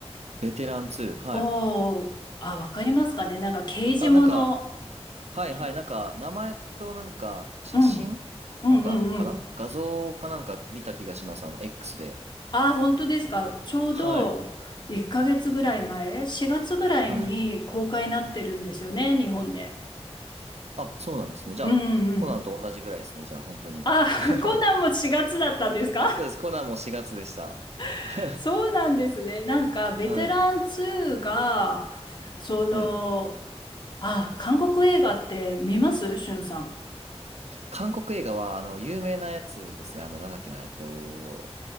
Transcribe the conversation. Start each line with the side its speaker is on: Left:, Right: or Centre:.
Right: ベテラン2。はい。
Left: おー、あ、わかりますかねなんか刑事もの、
Right: あ、なんか、はいはい。
Left: け
Right: なんか、名前となんか、写真なんか、
Left: うん、うんうんうん。
Right: かな画像かなんか見た気がします。あの、X で。
Left: あ、本当ですか。ちょうど1ヶ月ぐらい前、
Right: はい。
Left: 4月ぐらいに公開になってるんですよね、
Right: はい。うん。
Left: 日本で。
Right: あ、そうなんですね。じゃあ、
Left: うんうん
Right: コナンと同じぐらいですね。じゃあ、本当に。
Left: あ、<laughs>
Right: <laughs>
Left: コナンも4月だったんですか
Right: そうです。コナンも4月でした。
Left: <laughs>
Right: <laughs>
Left: そうなんですね。なんかベテラン2が、
Right: はい。
Left: その、
Right: はい。
Left: あ、韓国映画って見ますしゅんさん。
Right: 韓国映画は、あの、有名なやつですね。あの、なんだっけな、えっと、